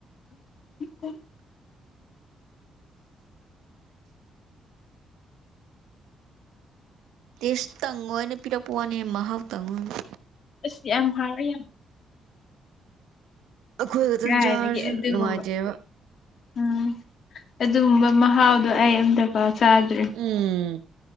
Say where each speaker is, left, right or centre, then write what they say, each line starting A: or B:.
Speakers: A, on the left; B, on the right.
A: <unintelligible>
B: ꯇꯦꯁꯇꯪꯉ ꯑꯣꯏꯅ ꯄꯤꯔꯛꯄ ꯋꯥꯅꯦ ꯃꯍꯥꯎꯇꯪꯉ
A: ꯑꯁ ꯌꯥꯝ ꯍꯥꯎꯦ ꯌꯥꯝ
B: ꯑꯩꯈꯣꯏ ꯈꯛꯇꯪ
A: ꯀꯥꯏꯗꯒꯤ
B: ꯆꯥꯔꯁꯨ
A: ꯑꯗꯨꯒꯨꯝꯕ
B: ꯅꯨꯡꯉꯥꯏꯇꯦꯕ꯫
A: ꯎꯝ ꯑꯗꯨꯒꯨꯝꯕ ꯃꯍꯥꯎꯗꯣ ꯑꯩ ꯑꯝꯇ ꯄꯥꯛ ꯆꯥꯗ꯭ꯔꯤ꯫
B: ꯎꯝ